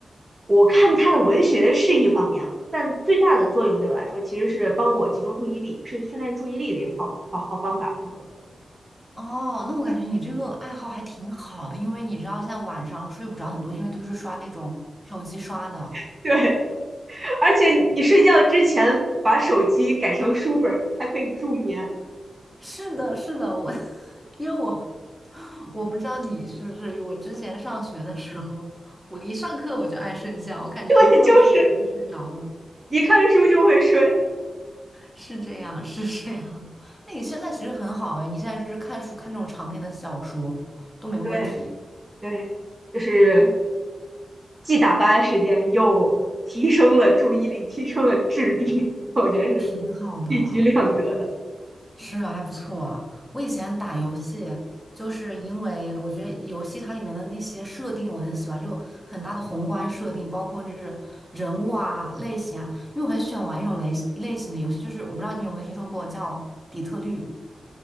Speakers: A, on the right; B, in the centre.
A: 我看它的文学是一方面了，但最大的作用对我来说其实是帮我集中注意力，是训练注意力的一个好好好方法、好手段。
B: 哦，那我感觉你这个爱好还挺好的，因为你知道现在晚上睡不着很多，因为都是刷那种手机刷的。
A: <laughs> 对，而且你睡觉之前把手机改成书本儿，还可以助眠。
B: 是的，是的，我，<laughs> 因为我我不知道你是不是，我之前上学的时候，我一上课我就爱睡觉，我感觉一碰到数学我就睡着了。
A: <laughs> 对，就是一看书就会睡。
B: 是这样，<laughs> 是这样。那你现在其实很好哎，你现在就是看书，看那种长篇的小说都没问题，
A: 对对，就是既打发了时间，又提升了注意力，提升了智力，<laughs> 我觉得是
B: 挺好的。
A: 一举两得的。
B: 是啊，还不错。我以前打游戏，就是因为我觉得游戏它里面的那些设定我很喜欢，就很大的宏观设定，包括就是人物啊、类型啊。因为我很喜欢玩一种类类型的游戏，就是我不知道你有没有听说过叫底特律。